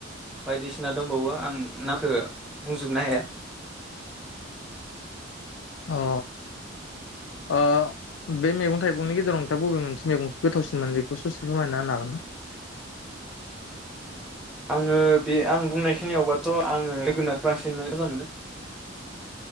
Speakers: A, in the centre; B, on the left.
A: बायदिसिना दंबाओ आं नामखौ बुंजोबनो हाया।
B: अ ओ बे मैगं थाइगंनि गेजेराव नोंथा बबे मोनसे मैगं गोथावसिन मोनो बेखौ ससे फोरमायना होनो हागोन ना?
A: आङो बे आं बुंनाय खिनियावबाथ' आङो जोगोनार बांसिन मोजां मोनो।